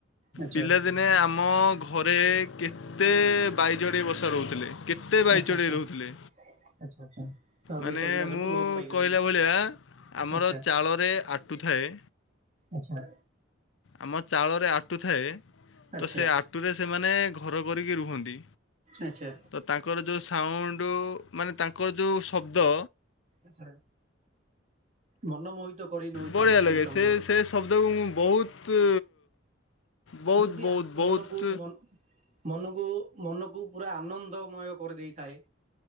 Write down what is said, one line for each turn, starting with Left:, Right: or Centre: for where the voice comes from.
Right: ଆଚ୍ଛା
Left: ପିଲାଦିନେ ଆମ ଘରେ କେତେ ବାଇଚଢ଼େଇ ବସା ରହୁଥିଲେ। କେତେ ବାଇ
Right: ଆଚ୍ଛା
Left: ଚଢ଼େଇ
Right: ଆଚ୍ଛା
Left: ରହୁଥିଲେ
Right: ଆଚ୍ଛା ଆଚ୍ଛା। ତ ଏବେ
Left: ମାନେ
Right: ସେଗୁଡା ସବୁ
Left: ମୁଁ
Right: ଲୋପ ପାଇଗଲେଣି।
Left: କହିଲା ଭଳିଆ ଆମର
Right: ଆଚ୍ଛା।
Left: ଚାଳରେ ଆଟୁଥାଏ।
Right: ଆଚ୍ଛା।
Left: ଆମ ଚାଳରେ ଆଟୁ ଥାଏ।
Right: ଆଚ୍ଛା
Left: ତ ସେ ଆଟୁରେ ସେମାନେ ଘର କରିକି ରୁହନ୍ତି।
Right: ଆଚ୍ଛା
Left: ତ ତାଙ୍କର ଯୋଉ ସାଉଣ୍ଡ ମାନେ ତାଙ୍କର ଯୋଉ ଶବ୍ଦ
Right: ଆଚ୍ଛା ମନମୋହିତ କରି ନେଉଥାଏ
Left: ବଢ଼ିଆ
Right: ସେଇ
Left: ଲାଗେ
Right: ସମୟରେ
Left: ସେ ସେ ଶବ୍ଦକୁ ମୁଁ ବହୁତ ବହୁତ
Right: ଏମିତି
Left: ବହୁତ
Right: ଆନ
Left: ବହୁତ
Right: ମନକୁ ମ ମନକୁ ମନକୁ ପୁରା ଆନନ୍ଦମୟ କରିଦେଇଥାଏ।